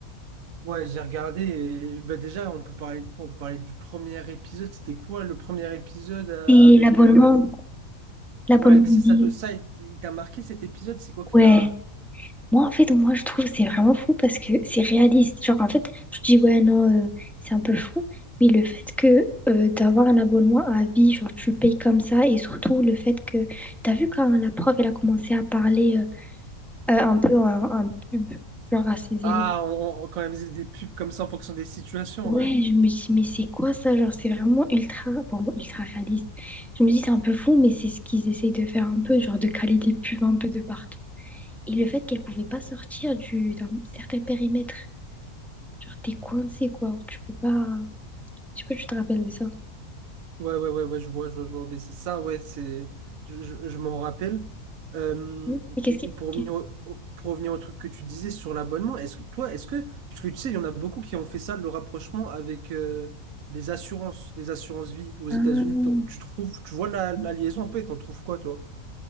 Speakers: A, on the right; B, in the centre.
A: Ouais, j'ai regardé et bah déjà on peut parler on peut parler du premier épisode, c'était quoi le premier épisode euh,
B: Et
A: avec
B: l'abonnement,
A: euh,
B: l'abonnement.
A: ouais, c'est ça
B: des-
A: te- ça il t- il t'a marqué cet épisode, c'est quoi que
B: Ouais.
A: t'as
B: Moi, en fait, moi, je trouve que c'est vraiment fou parce que c'est réaliste. Genre, en fait, je dis, ouais, non, euh, c'est un peu fou. Mais le fait que euh, d'avoir un abonnement à vie, genre, tu payes comme ça, et surtout le fait que. T'as vu quand la prof, elle a commencé à parler. Euh, un peu un, un pub, genre à ses
A: Ah,
B: élèves.
A: on, on- quand même faisait des pubs comme ça en fonction des situations,
B: Ouais,
A: ouais.
B: je me dis, mais c'est quoi ça? Genre, c'est vraiment ultra, bon, ultra réaliste. Je me dis, c'est un peu fou, mais c'est ce qu'ils essayent de faire un peu, genre de caler des pubs un peu de partout. Et le fait qu'elle pouvait pas sortir du, d'un certain périmètre. Genre, t'es coincé, quoi. Tu peux pas. Je sais pas, si tu te rappelles de ça.
A: Ouais, ouais, ouais, ouais, je vois, je vois, je vois. Mais c'est ça, ouais, c'est, je, je, je m'en rappelle. Euh,
B: Mais qu'est-ce
A: et,
B: qui.
A: et pour revenir
B: qu'est-
A: au, au- pour revenir au truc que tu disais sur l'abonnement, est-ce que toi, est-ce que, parce que tu sais, il y en a beaucoup qui ont fait ça, le rapprochement avec euh, les assurances, les assurances vie aux
B: Ah,
A: États-Unis. T'en- Tu trouves, tu vois la, la liaison un peu et t'en trouves quoi, toi?